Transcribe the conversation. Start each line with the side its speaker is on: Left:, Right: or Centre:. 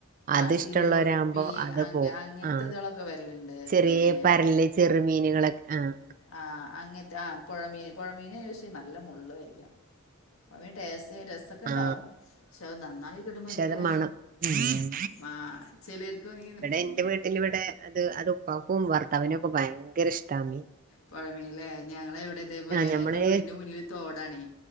Right: അത്
Left: ആഹ്
Right: ഇഷ്ട്ടള്ളോരാവുമ്പോ
Left: സിലോപ്പി
Right: അത്
Left: അങ്ങ
Right: പോവും
Left: അങ്ങനത്തെ
Right: ആ
Left: ഇതളൊക്കെ വരലുണ്ട്
Right: ചെറിയ
Left: ഇതന്നെ
Right: പരല് ചെറ് മീനുകളൊക് ആഹ്
Left: ആഹ് അങ്ങൻത്തെ ആഹ് പൊഴമീന് പൊഴമീന് പക്ഷേ നല്ല മുള്ളായിരിക്കും അതിന് ടേസ്റ്റ് രസക്കെ ഇണ്ടാവും
Right: ആ.
Left: പക്ഷെ അത് നന്നാക്കി കിട്ടുമ്പോത്തിന്
Right: പക്ഷെ അത് മണം ഉം.
Left: മാ ചെലർക്ക് <unintelligible>
Right: എന്റെ പിന്നെ ഇവിടെ അത് അത് ഉപ്പാക്കും ഭർത്താവിനൊക്കെ ഭയങ്കര ഇഷ്ട്ടാന്ന്
Left: പൊഴമീന്‌ല്ലേ ഞങ്ങളെ ഇവിടെ ഇതേപോലെ
Right: ഞമ്മള്
Left: എന്റെ വീടിന്റെ മുന്നില് തോടാണേ